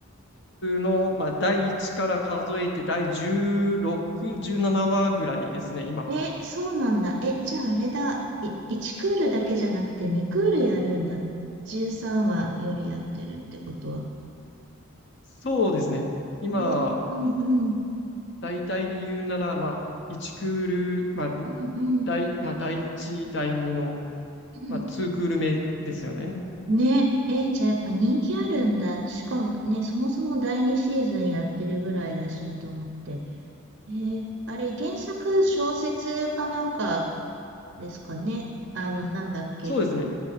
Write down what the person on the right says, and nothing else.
え、そうなんだ。え、じゃああれだ。い、1クールだけじゃなくて2クールやるんだ。13話よりやってるってことは。
え、うんうん。
うんうん。
うん
ね。え、じゃあやっぱ人気あるんだ。しかもね、そもそも第2シーズンやってるぐらいだしと思って。えーあれ、原作小説かなんかですかね。あの、なんだっけ。